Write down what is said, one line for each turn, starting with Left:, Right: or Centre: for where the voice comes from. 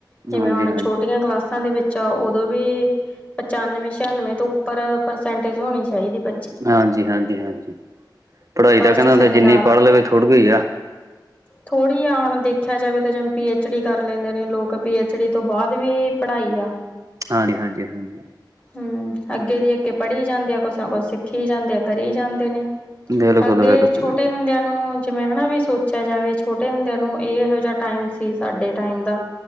Left: ਜਿਵੇਂ
Right: ਹਾਂਜੀ
Left: ਹੁਣ
Right: ਹਾਂਜੀ
Left: ਛੋਟੀਆਂ ਕਲਾਸ ਸਾਂਦੇ ਵਿੱਚ ਉਦੋਂ ਵੀ ਪਚਾਨਵੇਂ ਛਿਆਨਵੇਂ ਤੋਂ ਉੱਪਰ ਪਰਸੈਂਟੇਜ ਹੋਣੀ ਚਾਹੀਦੀ ਬ
Right: ਹਾਂਜੀ- ਹਾਂਜੀ- ਹਾਂਜੀ। ਪੜਾਈ
Left: ਫਸਟ
Right: ਤਾ ਕਹਿੰਦੇ ਹੁੰਦੇ
Left: ਸੈਕਿੰਡ
Right: ਜਿੰਨੀ ਪੜ ਲਵੇ ਥੋੜੀ ਉਈ ਐ।
Left: ਥੋੜੀ ਐ ਹੁਣ ਦੇਖਿਆ ਜਾਵੇ ਤਾਂ ਜਿਵੇਂ ਪੀ ਐੱਚ ਡੀ ਕਰ ਲੈਂਨੇ ਨੇ ਲੋਕ ਪੀ ਐੱਚ ਡੀ ਤੋਂ ਬਾਦ ਵੀ ਪੜਾਈ ਐ।
Right: ਹਾਂਜੀ- ਹਾਂਜੀ- ਹਾਂਜੀ।
Left: ਹਮ। ਅੱਗੇੇ ਦੀ ਅੱਗੇ ਪੜੀ ਜਾਂਦੇ ਆ ਕੁਸ ਨਾ ਕੁਸ ਸਿੱਖੀ ਜਾਂਦੇ ਕਰੀ ਜਾਂਦੇ ਨੇ।
Right: ਬਿਲਕੁਲ
Left: ਅੱਗੇ
Right: ਬਿਲਕੁਲ
Left: ਛੋਟੇ ਹੁੰਦਿਆਂ ਨੂੰ ਜਿਵੇਂ ਹਨਾ ਵੀ ਸੋਚਆ ਜਾਵੇ ਛੋਟੇ ਹੁੰਦਆਂ ਨੂੰ ਏਹੋ ਜਆ ਟਾਈਮ ਸੀ ਸਾਡੇ ਟਾਈਮ ਦਾ